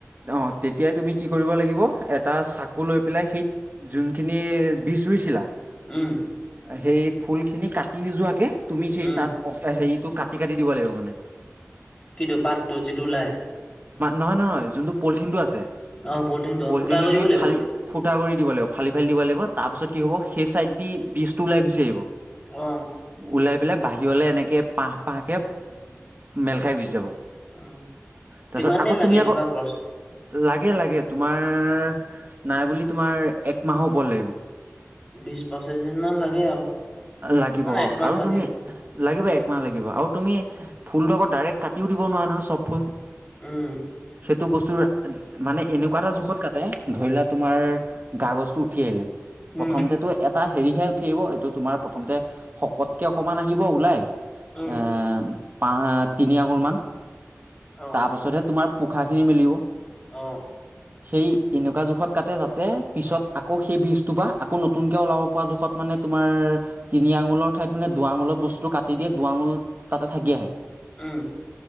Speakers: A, on the right (about 40°); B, on the left (about 20°).
A: অ', তেতিয়াই তুমি কি কৰিব লাগিব এটা চাকু লৈ পেলাই সেই যোনখিনি বীজ ৰুইছিলা
B: উম।
A: সেই ফুল খিনি কাটি নোযোৱাকে তুমি সেই
B: উম
A: তাত অ', সেই তোক কাটি কাটি দিব লাগিব মানে
B: কিন্তু পাতটো যিটো ওলাই
A: নহয়, নহয় যোনটো পলিথিন টো আছে
B: অ
A: পলিথিনটো
B: অ ফুটা কৰি
A: তুমি
B: দিব লাগিব
A: ফালি
B: মানে
A: ফুটা কৰি দিব লাগিব। ফালি, ফালি দিব লাগিব। তাৰ পিছত কি হ'ব সেই চাইদ দি বীজটো ওলাই গুচি আহিব।
B: অ
A: ওলাই, পেলাই বাহিৰলে এনেকে। পাঁহ, পাহকৈ মেল খাই গুচি যাব।
B: অ,
A: তাৰপিছত
B: কিমান
A: আকৌ
B: দ লাগে।
A: তুমি
B: এনেকুৱা
A: আকৌ
B: পৰচ
A: লাগে, লাগে, তোমাৰ নাই বুলি তোমাৰ একমাহৰ ওপৰত লাগিব।
B: বিশ পঁচিশ দিন মান লাগে আৰু
A: লাগিব
B: মানে
A: অ,
B: একমাহ
A: আৰু
B: লাগে
A: তুমি? লাগিব, একমাহ লাগিব, আৰু তুমি ফুলটো আকৌ ডাইৰেক্ট কাটিও দিব নোৱাৰা নহয়, চব ফুল।
B: উম।
A: সেইটো বস্তু মানে এনেকুৱা এটা জোখত কাটে ধৰি লোৱা তোমাৰ গাগজটো উঠি আহিলে।
B: উম
A: প্ৰথমতেতো এটা হেৰিহে উঠি আহিব। এইটো তোমাৰ প্ৰথমতে শকতকে অকমান আহিব ওলাই।
B: উম
A: এ, পা, তিনি আগুৰ মান
B: অ
A: তাৰপাছতহে তোমাৰ পোখাখিনি মিলিব।
B: আহ।
A: সেই এনেকুৱা জোখত কাটতে যাতে, পিছত আকৌ সেই বীজটো পৰা আকৌ নতুনকে ওলাব পৰা জোখত মানে। তোমাৰ তিনি আঙুলৰ ঠাইত মানে দুৱাঙুলত বস্তুটো কাটি দিয়ে, দুৱাঙুল তাতে থাকি আহে।
B: উম।